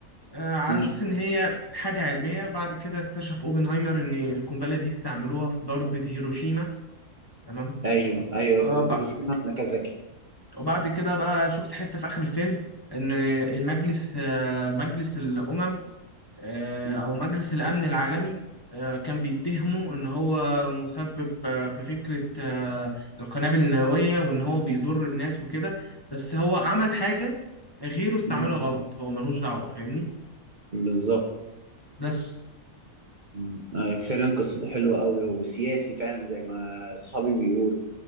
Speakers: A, on the left; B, on the right.
A: آه على
B: امم
A: أساس إن هي حاجة علمية بعد كده اكتشف أوبنهايمر إن القنبلة دي استعملوها في ضربة هيروشيما تمام
B: ايوه ايوه
A: آه
B: هيروشيما
A: بع-
B: ناكازاكي
A: وبعد كده بقى شفت حتة في آخر الفيلم إن المجلس آه مجلس الأمم آه،
B: امم
A: أو مجلس الأمن العالمي آه، كان بيتهمه إن هو مسبب آه، في فكرة آه، القنابل النووية وإن هو بيضر الناس وكده بس هو عمل حاجة غيره استعملها
B: أمم،
A: غلط هو ملوش دعوة فاهمني
B: بالظبط
A: بس
B: مم. آه، فعلا قصته حلوة قوي وسياسي فعلا زي ما صحابي بيقولوا